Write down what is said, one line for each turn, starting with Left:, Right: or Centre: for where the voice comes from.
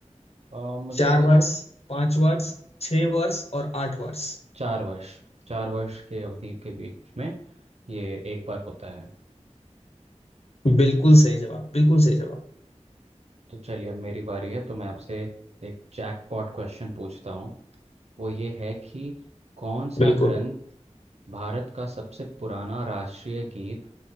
Right: अ, मुझे
Left: चार
Right: जिस
Left: वर्ष पांच वर्ष छह वर्ष और आठ वर्ष
Right: चार वर्ष चार वर्ष के अवधि के बीच में ये एक बार होता है
Left: बिल्कुल सही जवाब बिल्कुल सही जवाब
Right: तो चलिए अब मेरी बारी है तो मैं आपसे एक जैकपॉट क्वेश्चन पूछता हूँ वो ये है कि कौन सा
Left: बिल्कुल
Right: ग्रंथ भारत का सबसे पुराना राष्ट्रीय गीत